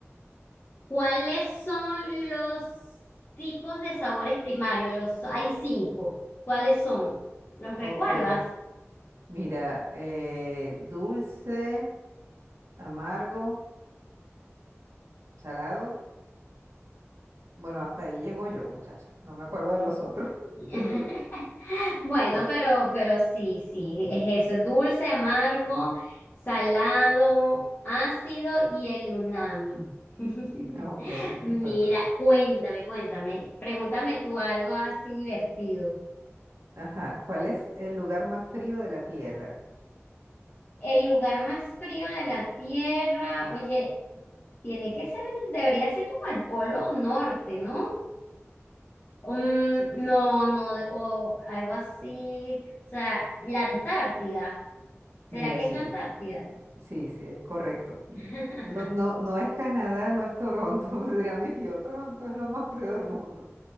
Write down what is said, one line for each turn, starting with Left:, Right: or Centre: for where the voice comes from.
Left: ¿Cuáles son los tipos de sabores primarios? Los, hay cinco. ¿Cuáles son? ¿Los recuerdas?
Right: ok, mira, eh, dulce, amargo, salado, bueno, hasta ahí llego yo, muchacha, no me acuerdo de los otros, <laughs>
Left: <laughs>
Right: de verdad.
Left: Bueno, pero, pero sí, sí, es eso. Dulce, amargo, salado, ácido y el umami. <laughs>
Right: Ah, Ok, me
Left: Mira,
Right: faltó.
Left: cuéntame, cuéntame. Pregúntame tú algo así divertido.
Right: Ajá, ¿cuál es el lugar más frío de la Tierra?
Left: El lugar más frío de la Tierra, oye, tiene que ser, el- debería ser como el Polo Norte, ¿no? Mm, no, no, de- o algo así, o sea, la Antártida. ¿Será
Right: Mira,
Left: que
Right: sí,
Left: es la Antártida?
Right: sí, sí, es correcto.
Left: <laughs>
Right: No, no, no es Canadá, no es Toronto, <laughs> dirá mi tío, Toronto es lo más frío del mundo,